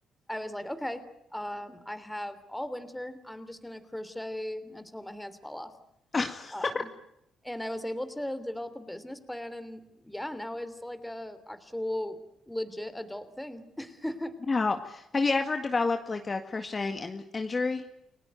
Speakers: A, in the centre; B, on the left (about 30°).
A: I was like, okay, um, I have all winter. I'm just gonna crochet until my hands fall off.
B: <laughs>
A: Um, and I was able to develop a business plan and yeah, now it's like a actual legit adult thing. <laughs>
B: Now, have you ever developed like a crocheting in injury?